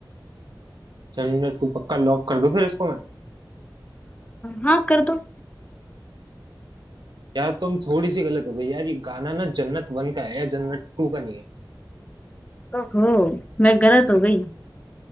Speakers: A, on the right (about 60°); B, on the left (about 20°).
A: जन्नत टू पक्का लॉक कर दो फिर इसको मैं
B: हाँ कर दो
A: यार तुम थोड़ी सी गलत हो गई यार ये गाना ना जन्नत वन का है जन्नत टू का नहीं है
B: ओहो मैं गलत हो गई